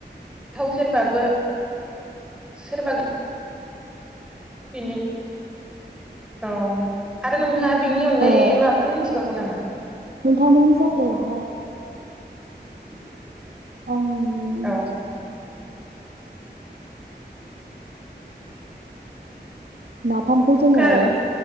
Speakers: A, in the centre; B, on the right (about 60°).
A: थाव सेरबाबो सेरबा बिनि औ आरो नों थाङा बेनि अनगायै
B: औ
A: माफोर मोनथि बावगौ नामा
B: नोंथांमोननि जायगायावहाय
A: <inaudible>
B: आंनि
A: औ
B: नाफामखौ जोङो
A: खोनादों